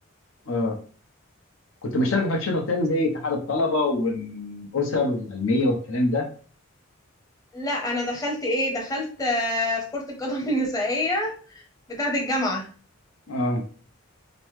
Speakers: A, on the left; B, on the left.
A: اه كنت مشتركه في انشطه تانية زي اتحاد الطلبه والاسر العلميه والكلام ده
B: لا انا دخلت ايه دخلت آه، في كرة القدم <laughs> النسائية بتاعة الجامعة
A: اه